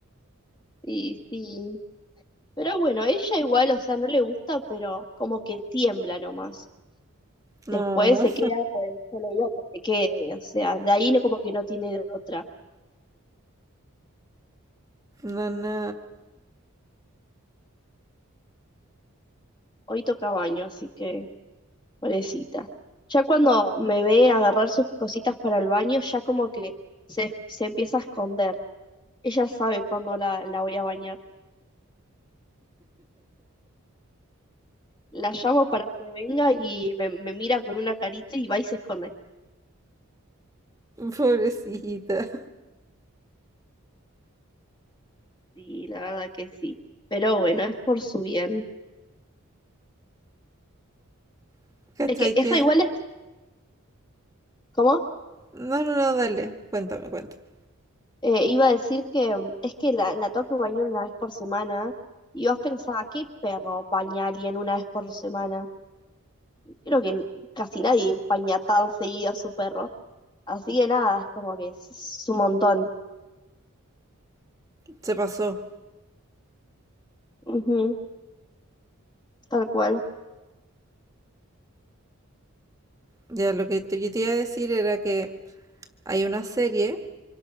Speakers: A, on the left; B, on the right.
A: Sí, sí. Pero bueno, ella igual, o sea, no le gusta, pero como que tiembla nomás.
B: No,
A: Después se queda, pues yo le digo que se quede, o sea, de ahí no como que no tiene de otra.
B: no, no.
A: Hoy toca baño, así que pobrecita. Ya cuando me ve agarrar sus cositas para el baño, ya como que se, se empieza a esconder. Ella sabe cuándo la, la voy a bañar. La llamo para que venga y me, me mira con una carita y va y se esconde.
B: Pobrecita.
A: Sí, la verdad que sí. Pero bueno, es por su bien.
B: <laughs> ¿Cachai
A: Es que es
B: que?
A: re igual, es, ¿cómo?
B: No, no, no, dale, cuéntame, cuéntame.
A: Eh, iba a decir que mm, es que la, la tengo que bañar una vez por semana. Y vos pensabas, ¿qué perro baña a alguien una vez por semana? Creo que n- casi nadie baña tan seguido a su perro. Así que nada, es como que es, es un montón.
B: Se pasó.
A: Ujú, tal cual.
B: Ya lo que te- yo te iba a decir era que hay una serie